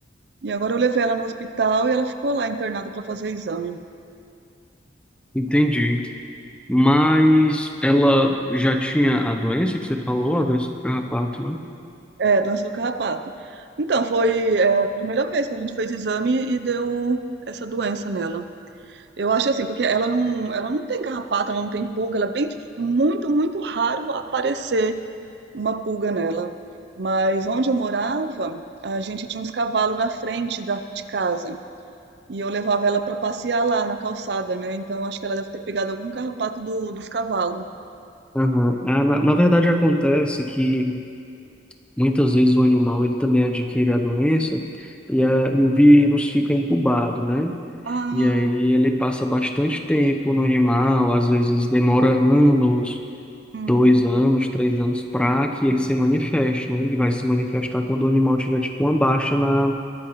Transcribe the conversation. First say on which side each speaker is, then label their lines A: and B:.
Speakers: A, on the right; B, in the centre.
A: E agora eu levei ela no hospital e ela ficou lá internada para fazer exame.
B: entendi. Mas ela já tinha a doença que você falou, a doença do carrapato, né?
A: É, doença do carrapato. Então, foi, é, a primeira vez que a gente fez exame e deu essa doença nela. Eu acho assim, porque ela não, ela não tem carrapato, ela não tem pulga, ela é bem, dif- muito, muito raro aparecer uma pulga nela. Mas onde eu morava, a gente tinha uns cavalos na frente da, de casa. E eu levava ela para passear lá na calçada, né? Então acho que ela deve ter pegado algum carrapato do- dos cavalos.
B: Aham. Ah, na, na verdade, acontece que muitas vezes o animal ele também adquire a doença e, a, e o vírus fica incubado, né?
A: Ah,
B: E aí ele passa bastante tempo no animal, às vezes demora anos.
A: hum,
B: dois anos, três anos, para que ele se manifeste, né? Ele vai se manifestar quando o animal tiver, tipo, uma baixa na,